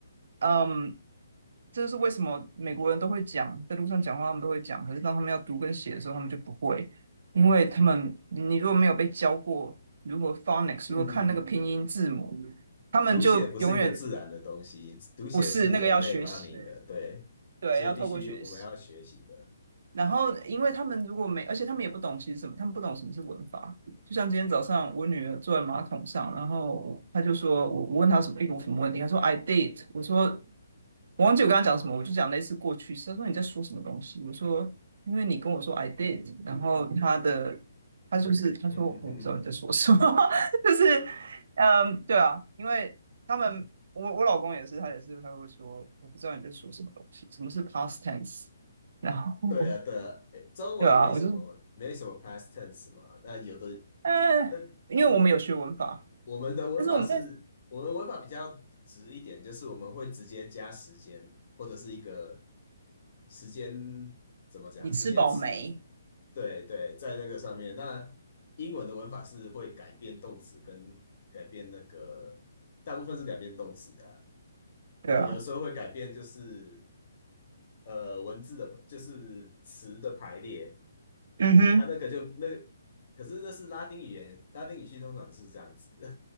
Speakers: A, on the right; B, on the left.
A: 嗯，这就是为什么美国人都会讲，在路上讲话他们都会讲，可是当他们要读跟写的时候，他们就不会，因为他们你如果没有被教过如果 phonics，
B: 嗯嗯嗯。
A: 如果看那个拼音字母，他们就永远
B: 读写不是一个自然的东西，读写是人类发明的，
A: 不是那个要学习，
B: 对，
A: 对，
B: 所以必须我们要学习的。
A: 要透过学习。然后，因为他们如果没，而且他们也不懂其实什么，他们不懂什么是文法。就像今天早上，我女儿坐在马桶上，然后她就说，我我问她什么一个什么问题，她说 I did，我说我忘记我跟她讲什么，我就讲类似过去式。她说你在说什么东西？我说因为你跟我说 I did，然后她的她就是她说我不知道你在说什么，
B: 嗯嗯嗯，
A: <laughs> 就是嗯，对啊，因为他们我我老公也是，他也是他会说我不知道你在说什么东西，什么是 past tense。然后
B: 对啊对啊，诶中文没什么没什么
A: 对啊，我就是
B: past tense 嘛，那有的
A: 嗯，
B: 那
A: 呃，因为我们有学文法，
B: 我们的文法是，
A: 但是我们在
B: 我们文法比较直一点，就是我们会直接加时间或者是一个时间怎么讲，
A: 你吃饱没？
B: 时间词，对对，在那个上面。那英文的文法是会改变动词跟改变那个，大部分是改变动词的啊，
A: 对啊，
B: 也有时候会改变就是呃文字的，就是词的排列
A: 嗯哼，
B: 啊，那个就那，可是那是拉丁语言，拉丁语系通常是这样子，